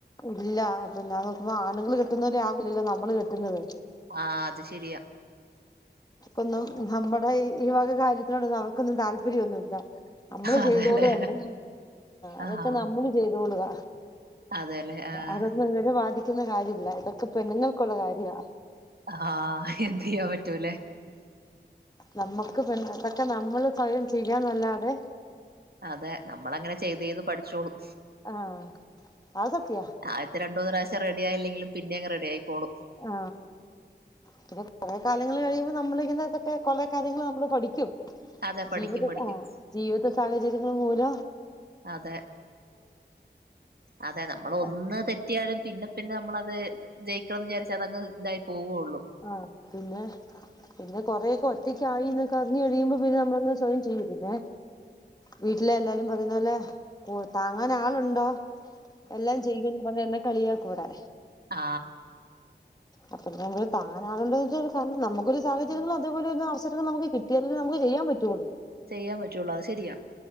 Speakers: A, on the left (about 20°); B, on the right (about 60°).
A: ഇല്ലപിന്നെ <unintelligible> ആണുങ്ങള് കെട്ടുന്നത് പോലെ ആകില്ലല്ലോ നമ്മള് കെട്ടുന്നത്
B: ആ അത് ശരിയാ
A: ഒന്നും നമ്മടെ ഈ വക കാര്യത്തിനോടു നമ്മുക്കൊന്നും താല്പര്യഒന്നുല്ല നമ്മള്
B: അതെല്ലേ
A: ചെയ്തോളത്തന്നെ അതൊക്കെ
B: ആഹ്
A: നമ്മള് ചെയ്തോളുക
B: അതെല്ലേ ആഹ്
A: അതൊന്നും അങ്ങേരെ ബാധി ക്കുന്ന കാര്യല്ല ഇതൊക്കെ പെണ്ണുങ്ങൾക്കൊള്ള കാര്യാ
B: ആ എന്തു ചെയ്യാൻ പറ്റുലെ
A: നമ്മുക്ക് പിന്നെ അധോക്കെ നമ്മള് സ്വയം ചെയ്യാന്നല്ലാതെ
B: അതെ നമ്മളങ്ങനെ ചെയ്ത് ചെയ്ത് പഠിച്ചോളും
A: ആഹ് അത് സത്യാ
B: ആദ്യത്തെ രണ്ടൂന്ന് പ്രാവശ്യം റെഡിയായില്ലെങ്കിലും പിന്നങ്ങ് റെഡിയായിക്കോളും
A: ആ പിന്നെ കൊറെ കാ ലങ്ങള് കഴിയുമ്പോ നമ്മളു ഇങ്ങനെ എന്ധോക്കെ കൊറേ കാര്യങ്ങൾ പഠിക്കും
B: അതെ പഠിക്കും
A: ജീവിത
B: പഠിക്കും
A: ആ ജീവിത സാഹ ഇരുന്നൂര
B: അതെ അതെ നമ്മളൊന്ന്
A: ഉം
B: തെറ്റിയാല് പിന്നെ പിന്നെ നമ്മളത് ജയിക്കണംന്ന് വിചാരി മറ്റേദൊക്കെ ഇതായി പോവുള്ളൂ
A: അ പിന്നെ പിന്നെ കൊറക്കെ ഒറ്റ റ്റക്കആയി എന്നൊക്കെ അറിഞ്ഞഞ് കഴിയുമ്പോ പിന്നെ നമ്മളങ്ങ് സ്വയം ചെയ്യും പിന്നെ വീട്ടിലെ എല്ലാരും പറയുന്ന പോലെ താങ്ങാൻ ആളുണ്ടോ എല്ലാം ചെയുംന്ന് പറഞ്ഞ എന്നെ കളിയാ കൂടെ
B: ആ......
A: അപ്പ ന <unintelligible> താങ്ങാനാലുണ്ടെ കാരണം നമുക്കൊരു സാഹചര്യങ്ങള അതേപോലെ ഒരു അവസര നമുക്ക് കിട്ടിയാലെ നമക്ക് ചെയ്യാൻ പറ്റുള്ളൂ
B: ചെയ്യാൻ പറ്റുള്ളൂ അത് ശെരിയാ